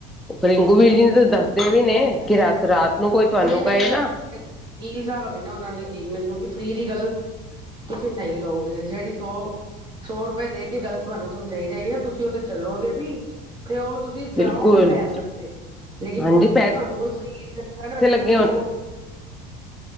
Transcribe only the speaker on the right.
ਸੇਮ
ਇਹੀ ਗੱਲ
ਵਕੀਲ ਸਾਹਿਬ ਹੈਗੇ ਨਾ ਉਹਨਾਂ ਨੇ ਕੀ ਮੈਨੂੰ ਕਿ ਫ੍ਰੀ ਦੀ ਗੱਲ ਤੁਸੀਂ ਨਹੀਂ ਲਓਗੇ ਜਿਹੜੀ ਸੋ ਸੌ ਰੁਪਏ ਦੇ ਕੇ ਗੱਲ ਤੁਹਾਨੂੰ ਸਮਝਾਈ ਜਾਏਗੀ ਨਾ ਤੁਸੀਂ ਉਹ ਤੇ ਚਲੋਗੇ ਵੀ ਤੇ ਉਹ ਤੁਸੀਂ ਜਾਓਗੇ
ਲੈਣ ਵਾਸਤੇ ਲੇਕਿਨ
ਉਹੀ ਗੱਲ
ਤੁਹਾਨੂੰ ਕੋਈ ਫ੍ਰੀ ਨਾ ਤੇ
ਤੁਸੀਂ ਉਹ